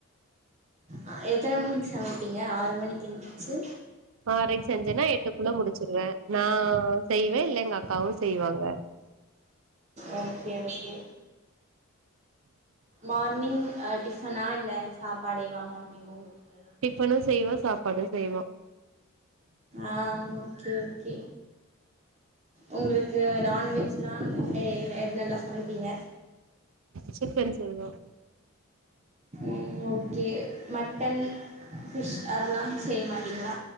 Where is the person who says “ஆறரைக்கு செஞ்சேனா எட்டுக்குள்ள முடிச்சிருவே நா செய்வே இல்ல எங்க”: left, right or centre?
Right